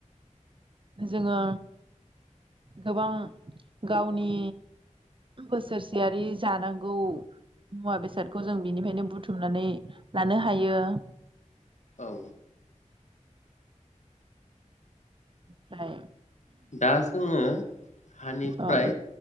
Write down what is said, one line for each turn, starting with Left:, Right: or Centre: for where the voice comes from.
Right: जोङो गोबां गावनि बोसोरसेयारि जानांगौ मुवा बेसाद। जों बिनिफ्रायनो बुथुमनानै लानो हायो।
Left: औ।
Right: फ्राय
Left: दा जोङो हानिफ्राय
Right: औ